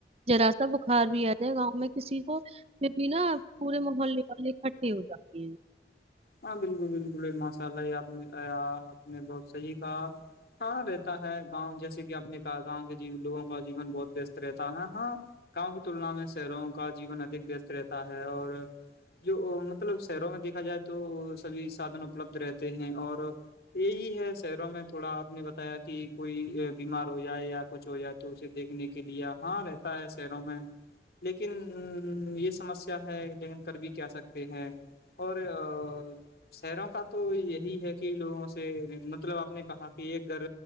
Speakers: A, on the right (about 35°); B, on the left (about 60°).
A: جذرا سا بخار بھی آتے ہے گاؤں میں کسی کو پھر بھی نا پورے محلے مے اکٹھے ہو جاتے ہیں
B: ہاں بالکل بالکل ماشاء اللہ یہ آپ نے آپ نے بہت صحیح کہا ہاں رہتا ہے گاؤں جیسے کہ آپ نے کہا گاؤں کے ج لووں کا جیون بہت وست رہتا ہے ہاں گاؤں کی تلنا میں شہروں کا جیون ادھ وست رہتا ہے اور جو مطلب شہروں میں دیکھا جائے تو سبھی سادھن اپلبدھ رہتے ہیں اور یہی ہے شہروں میں تھوڑا آپ نے بتایا کہ کوئی بیمار ہو جائے یا کچھ ہو جائے تو اسے دیکھنے کے لے ہاں رہتا ہے شہروں میں لیکن یہ سمسیا ہے لن کر بھی کیا سکتے ہیں اور اور شہروں کا تو یہی ہے کہ لوگوں سے مطلب آپ نے کہا کہ ایک گھر